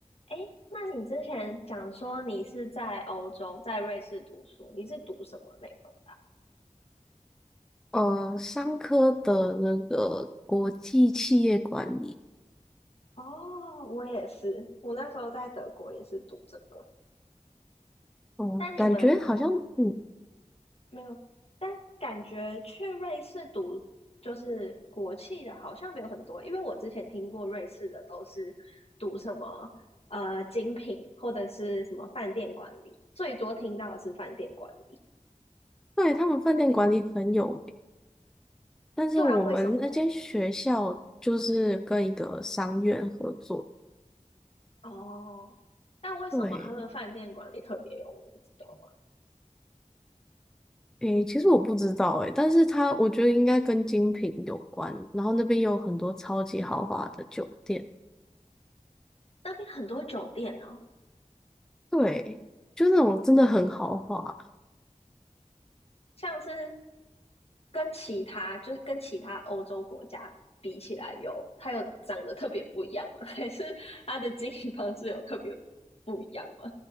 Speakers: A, on the left; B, in the centre.
A: 哎，那你之前讲说你是在欧洲，在瑞士读书，你是读什么内容？
B: 呃，商科的那个国际企业管理，
A: 哦，我也是，我那时候在德国也是读这个，
B: 哦、
A: 但你们
B: 感觉好像，嗯，
A: 没有，但感觉去瑞士读就是国际的，好像没有很多，因为我之前听过瑞士的都是读什么呃精品或者是什么饭店管理，最多听到的是饭店管理。
B: 对，他们饭店管理很有名，但是我们那间学校就是跟一个商院合作，
A: 对啊，为什么？哦，但为什么他们饭店管理特别有名，
B: 对，
A: 你知道吗？
B: 诶，其实我不知道，诶，但是它我觉得应该跟精品有关，然后那边有很多超级豪华的酒店，
A: 那边很多酒店哦，
B: 对，就那种真的很豪华，
A: 像是跟其他就是跟其他欧洲国家比起来有，它有长得特别不一样吗？<laughs> 还是它的经营方式有特别不一样吗？